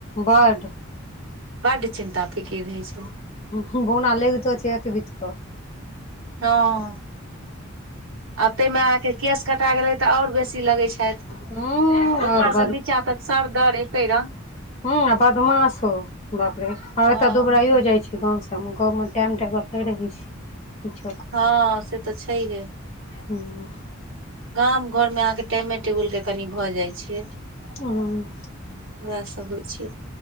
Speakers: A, on the left; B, on the right.
A: बड्ड
B: बड्ड चिन्ता फिकीर रहै छै
A: हुँ बोना लैगतो छै एक बीत कऽ
B: हँ आब तहिमे अहाँ के केश कटा गेलै तऽ आओर बेसी लगै छथि
A: हूँ
B: ऊपर
A: आओर
B: से नीचां तक सर दर एकै रंग
A: हँ आ बदमाशो बाप रे आओर
B: हँ
A: एते दुबराइयो जाइ छै गाँव सबमे गाँवमे टाइम टेबल नय रहै छै किछो के
B: हँ से तऽ छैहे
A: हुँ
B: गाम घरमे अहाँके टाइमे टेबुलके कनी भऽ जाइ छै
A: हुँ
B: उहे सब होइ छै